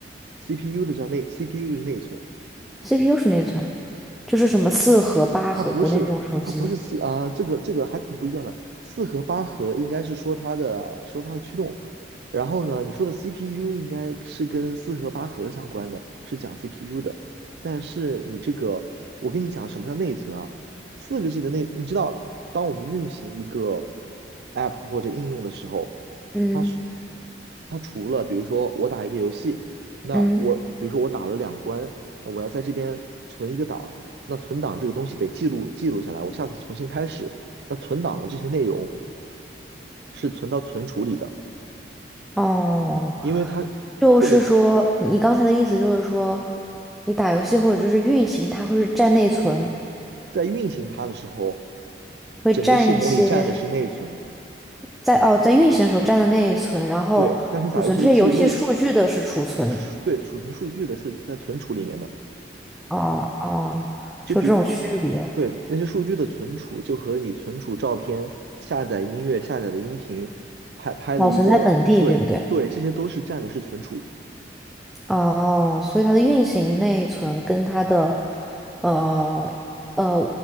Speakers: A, on the right (about 65°); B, in the centre.
A: CPU 的叫内，CPU 就是内存。
B: ？CPU 是内存，就是什么四核、八核，
A: 它不是，
B: 国内这种手机。
A: 它不是 c 啊，这个这个还挺不一样的。四核八核应该是说它的说它的驱动，然后呢，你说的 CPU 应该是跟四核八核相关的，是讲 CPU 的。但是你这个，我跟你讲什么叫内存啊？四个 G 的内，你知道，当我们运行一个 App 或者应用的时候，
B: 嗯
A: 它是它除了比如说我打一个游戏，那我比如说我打了两关，
B: 嗯，
A: 那我要在这边存一个档。那存档这个东西得记录记录下来，我下次重新开始。那存档的这些内容是存到存储里的，
B: 哦，
A: 因为它或者就
B: 就是说，你你刚才的意思就是说，你打游戏或者就是运行，它会是占内存。
A: 在运行它的时候，
B: 会占一些
A: 整个系统里占的是内存，
B: 在哦，在运行的时候占的内存，然后储存这些游戏数据的是储存。
A: 对。但是你打游戏的记录，数对，储存数据的是在存储里面的，
B: 哦哦，
A: 就比
B: 是有这种区别。
A: 对那些数据的存储，就和你存储照片、下载音乐、下载的音频、拍拍的一个，
B: 保存在本地，
A: 对对，
B: 对不对？
A: 这些都是占的是存储。
B: 哦，所以它的运行内存跟它的呃呃，